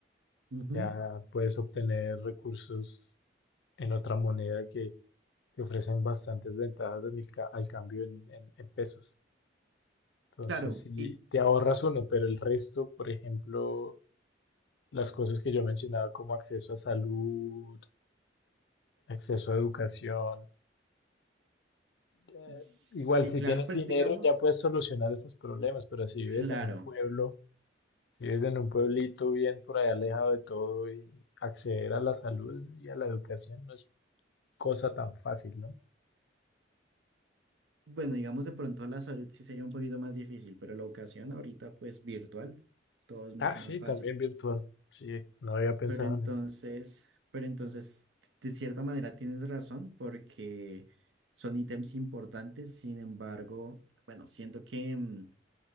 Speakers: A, on the right (about 85°); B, on the left (about 65°).
A: Ujú,
B: Ya puedes obtener recursos en otra moneda que, que ofrecen bastantes ventajas en el ca- al cambio en en- en pesos. Entonces,
A: Claro,
B: si
A: y
B: te ahorras uno, pero el resto, por ejemplo, las cosas que yo mencionaba como acceso a salud, acceso a educación, eh,
A: sí,
B: igual si
A: claro,
B: tienes
A: pues
B: dinero
A: digamos,
B: ya puedes solucionar esos problemas, pero si vives
A: claro.
B: en un pueblo, si vives en un pueblito bien por allá alejado de todo y acceder a la salud y a la educación no es cosa tan fácil, ¿no?
A: Bueno, digamos de pronto la salud sí sería un poquito más difícil, pero la educación ahorita pues virtual, todo es mucho
B: Ah, sí,
A: más fácil.
B: también virtual. Sí, no había pensado
A: Pero entonces,
B: en eso.
A: pero entonces, de cierta manera tienes razón porque son ítems importantes, sin embargo, bueno, siento que... mm,